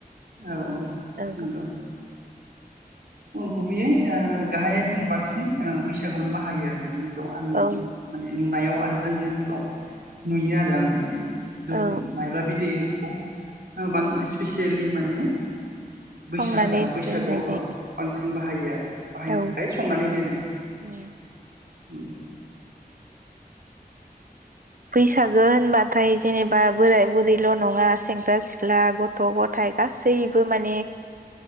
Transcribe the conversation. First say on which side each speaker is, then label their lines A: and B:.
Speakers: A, on the right (about 80°); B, on the right (about 60°).
A: औ
B: औ
A: नंगौ गुबैयै ओ गाहायै जों बांसिन ओ बैसागुआवनो बाहायो आरो ना खौ आंनि
B: औ
A: माने नुनायाव आरो जोंनि ओनसोलाव नुयो आरो आं माने जौ
B: औ
A: मायब्रा बिदै खौ बां स्पिसियेलि माने बैसा
B: संनानै
A: बैसागुआव
B: दोननाय
A: औ
B: जायो
A: बांसिन बाहायो आरो बाहायनो
B: औ
A: थाखाय संनानै दोनो
B: उम
A: उम
B: बैसागो होनबाथाय जेनेबा बोराय बुरैल' नङा सेंग्रा सिख्ला गथ' गथायाइ गासैबो माने